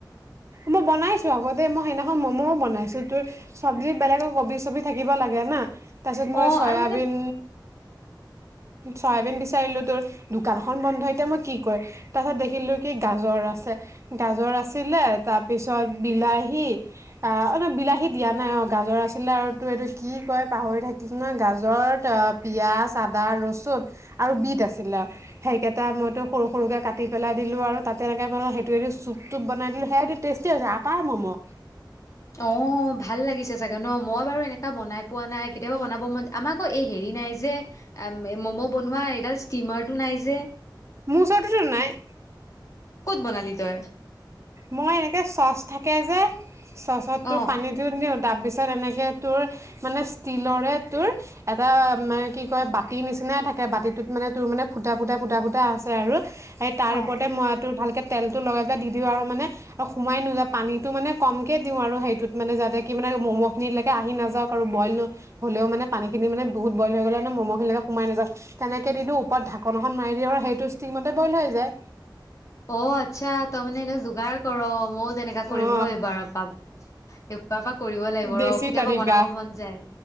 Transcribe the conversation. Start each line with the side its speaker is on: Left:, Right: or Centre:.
Right: মই বনাইছো আকৌ দেই মই সেইদিনাখন, ম'ম'ও বনাইছো তোৰ চব্জি বেলেগৰ কবি চবি থাকিব লাগে না। তাৰপিছত
Left: অ',
Right: মই চয়াবিন।
Left: আৰু মানে
Right: চয়াবিন বিচাৰিলো তোৰ দোকানখন বন্ধ এতিয়া মই কি কৰিম তাৰ পিছত দেখিলো কি গাজৰ আছে। গাজৰ আছিলে তাৰপিছত বিলাহী অ অ ন বিলাহী, দিয়া নাই অ গাজৰ আছিলে আৰু তাৰ এইটো কি কয় পাহৰি থাকি ন গাজৰত অ পিয়াজ আদা ৰচুন আৰু বিট আছিলে অ সেইকেইটা মইতো সৰু সৰুকে কাটি পেলাই দিলো আৰু তাতে এনেকে বন। তটো চুপ চুপ বনাই দিলো সেইয়টো টেষ্টি হৈছে আটাৰ ম'ম'।
Left: অ ভাল লাগিছে চাগে ন মই বাৰু এনেককা বনাই পোৱা নাই কেতিয়াবা বনাব মন আমাৰ এই হেৰি নাই যে মম' বনোৱা এইডাল ষ্টিমাৰটো নাই যে।
Right: মোৰ ওচৰটো নাই।
Left: ক'ত বনালি তই।
Right: মই এনেকে চচ থাকে যে। চচত তো
Left: অ',
Right: পানীতো নিও। তাৰপিছত এনেকে তোৰ মানে ষ্টীলৰে তোৰ এটা মানে কি কয় বাতি নিচিনাই থাকে বাতিটোত মানে তোৰ মানে ফুটা ফুটা ফুটা ফুটা আছে আৰু। এই তাৰ
Left: অ',
Right: ওপৰতে মই তোৰ ভালকে। তেলটো লগাই পেলায় দি দিওঁ আৰু। মানে আৰু সোমাই নোজোৱাউ পানীতটো মানে কমকে দিওঁ আৰু সেইটোত মানে যাতে কি মানে ম'ম' খিনিলৈকে আহি নাযাওক আৰু বইল নহ হলেও মানে পানী খিনি মানে বহুত বইল হৈ গ'লে মানে ম'ম খিনিলকে সোমাই নাযাওক তেনেকে দিওঁ ওপৰত ঢাকন এখন দি দিওঁ আৰু সেইটো ষ্টীমতে বইল হৈ যায়।
Left: অ আচ্ছা তই মানে এনে যোগাৰ কৰ মই। তেনেকুৱা কৰিম
Right: অ
Left: ৰ এইবাৰৰ পৰা এইবাৰৰ পৰা কৰিব লাগিব
Right: দেশী
Left: ৰ কেতিয়াবা
Right: তৰিকা
Left: বনাব মন যায়